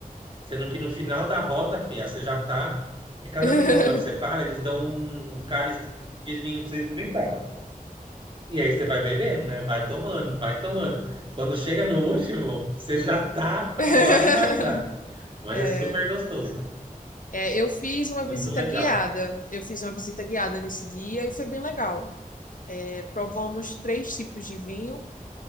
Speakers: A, on the right; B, on the left.
A: Sendo que no final da rota, filha, você já tá. Porque cada
B: <laughs>
A: vinícola que você para, eles dão um cálice de vinho pra você experimentar. E aí você vai bebendo, né? Vai tomando, vai tomando. Quando chega no último, você já tá pra
B: <laughs>
A: lá de Bagdá. Mas
B: É,
A: é super gostoso.
B: é, eu fiz uma
A: Muito
B: visita
A: legal.
B: guiada. Eu fiz uma visita guiada nesse dia e foi bem legal. É, provamos três tipos de vinho